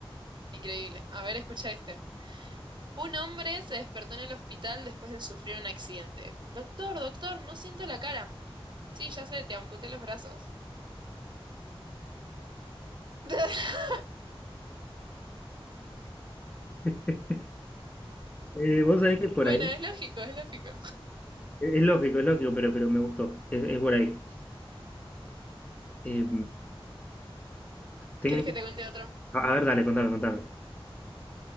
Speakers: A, on the right; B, on the left.
A: Increíble. A ver, escucha este. Un hombre se despertó en el hospital después de sufrir un accidente. Doctor, doctor, no siento la cara. Sí, ya sé, te amputé los brazos. <laughs>
B: <laughs> Eh, vos sabés que es por
A: Bueno,
B: ahí,
A: es lógico, es lógico.
B: es es lógico, es lógico, pero, pero me gustó, es, es por ahí. Eh, tengo,
A: ¿Quieres que te cuente otro?
B: a a ver, dale, contame, contame.